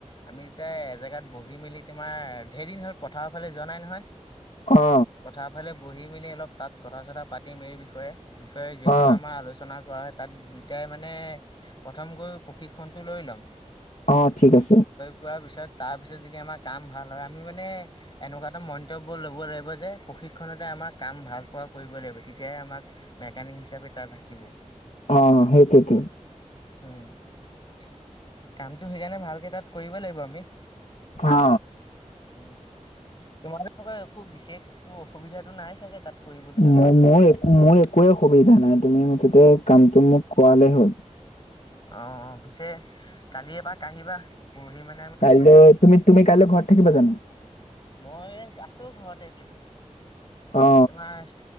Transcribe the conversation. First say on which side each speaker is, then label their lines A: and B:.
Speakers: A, on the left; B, on the left.
A: আমি তেতিয়াই এজেগাত বহি মেলি। তোমাৰ ধেৰ দিন হ'ল পথাৰৰ ফালে যোৱা নাই নহয়
B: অ
A: প তাৰ ফালে বহি মেলি অলপ তাত কথা চথা পাতিম এই বিষয়ে। বিষয়ে যোনটো
B: অ
A: আমাৰ আলোচনা কৰা হয় তাত দুইটাই মানে। প্ৰথম গৈ প্ৰশিক্ষনটো লৈ ল'ম,
B: অ ঠিক আছে।
A: শুৱাৰ পিছত তাৰপিছত যদি আমাৰ কাম ভাল হয় আমি মানে। এনেকুৱা এটা মন্তব্য ল'ব লাগিব যে প্ৰশিক্ষণতে আমাক কাম ভাল পোৱা কৰিবই লাগিব তেতিয়াহে আমাক। মেকানিক হিচাপে তাত ৰাখিব।
B: অ সেইটোৱেতো।
A: উম কামটো সেইকাৰনে ভালকে তাত কৰিবই লাগিব আমি।
B: অ
A: উ তোমাৰ এনেকুৱা একো বিশেষ। তো অসুবিধাটো নাই চাগে তাত। কৰিবলৈ
B: ম
A: তোমাৰ
B: মোৰ মোৰ একোৱে সুবিধা নাই তুমি মুঠতে কামটো মোক কোৱালে হ'ল।
A: অ অ পিছে কালি এপাক আহিবা পৰহিলৈ মাতিম,
B: কাইলৈ তুমি তুমি কাইলৈ ঘৰত থাকিবা জানো।
A: মই আছো ঘৰতে এই কেইদিন।
B: অ
A: তোমাৰ